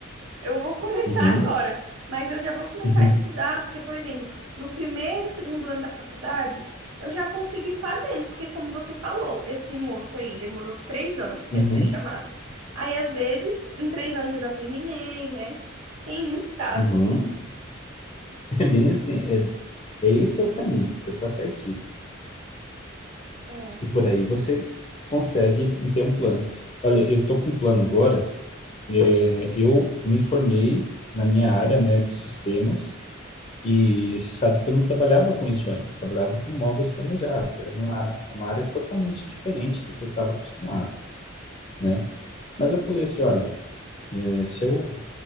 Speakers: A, on the right (about 85°); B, on the left (about 30°).
A: Eu vou começar
B: Uhum,
A: agora, mas eu já vou começar
B: uhum,
A: a estudar, porque, por exemplo, no primeiro, segundo ano da faculdade, eu já consigo ir fazendo, porque, como você falou, esse moço aí demorou três anos para
B: uhum,
A: ele ser chamado. Aí, às vezes, em três anos eu já terminei, né? Tem muitos casos.
B: uhum. É bem assim, é, esse é o caminho, você está certíssimo.
A: É.
B: E por aí você consegue ter um plano. Olha, eu estou com um plano agora. É, Eu me formei na minha área, né, de sistemas e você sabe que eu não trabalhava com isso antes. Eu trabalhava com móveis planejados. Era uma, uma área totalmente diferente do que eu estava acostumado, né? Mas eu falei assim,
A: Hum.
B: olha, é, se eu